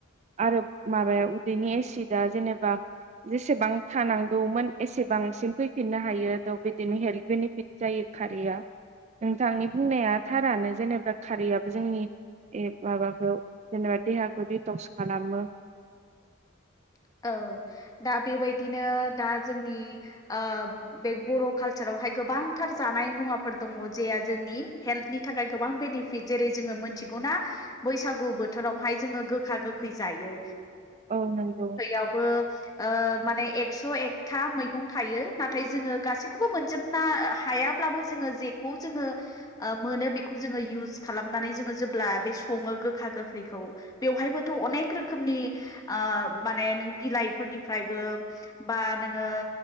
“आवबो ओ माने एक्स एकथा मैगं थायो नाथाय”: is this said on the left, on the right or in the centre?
Left